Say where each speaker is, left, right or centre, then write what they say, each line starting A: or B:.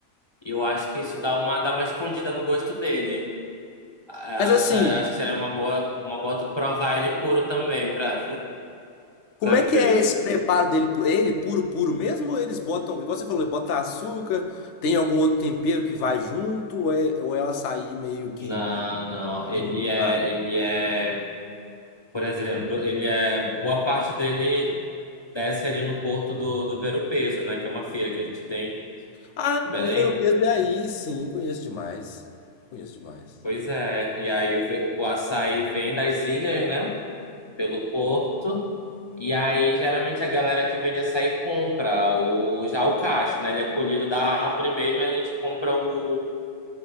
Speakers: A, on the left; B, on the left.
A: E eu acho que isso dá uma dá uma escondida no gosto dele. A-
B: Mas assim,
A: Acho, acho que seria uma boa uma boa tu provar ele puro também pra,
B: como
A: <laughs> pra
B: é que
A: ver.
B: é esse preparo dele? Pu- é Ele puro, puro mesmo? Ou eles botam, igual você falou, bota açúcar, tem algum outro tempero que vai junto? Ou é, ou é o açaí meio que
A: Não, não, ele
B: tem
A: é
B: nada?
A: ele é, por exemplo, ele é boa parte dele desce ali no Porto do do Ver-o-Peso, né, que é uma feira que a gente tem
B: Ah,
A: em Belém.
B: o ver o peso é aí, sim, conheço demais. Conheço demais.
A: Pois é, e aí ve- o açaí vem das ilhas, né? Pelo porto. E aí, geralmente, a galera que vende açaí compra o, já o cacho, né? Ele é colhido da árvore mesmo, a gente compra o.